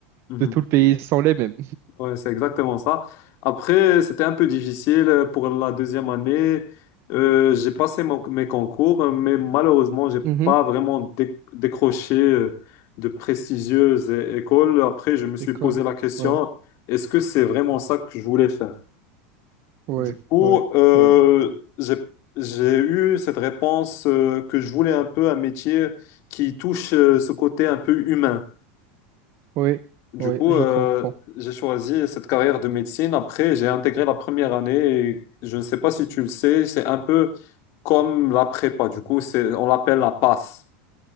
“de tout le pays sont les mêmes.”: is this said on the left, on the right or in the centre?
Right